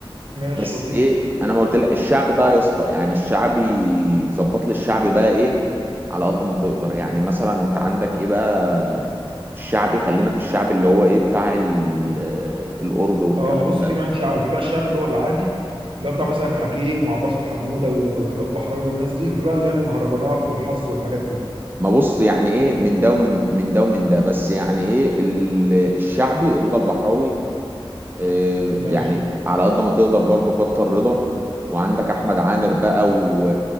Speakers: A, on the right; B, on the right.
A: ماشي
B: بس
A: بسيط
B: ايه انا ما قلت لك الشعب بقى يا اسطى يعني الشعبي ظبط لي الشعب بقى ايه على قد ما تقدر يعني مثلا انت عندك ايه بقى الشعبي خلينا في الشعب اللي هو ايه بتاع ال- الأورج والكلام
A: اه ما بص
B: ده
A: في نوعين شعبي في بقى الشعبي اللي هو العادي اللي هو بتاع مثلا حكيم وعباسة حمودة ورضا البحراوي والناس دي وفي بقى اللي هي المهرجانات والحظ والحاجات دي
B: ما بص يعني ايه من ده ومن من ده ومن ده بس يعني ايه ال- الشعبي رضا البحراوي إيه
A: ماشي
B: يعني على قد ما تقدر برضه كتر رضا وعندك احمد عامر بقى و-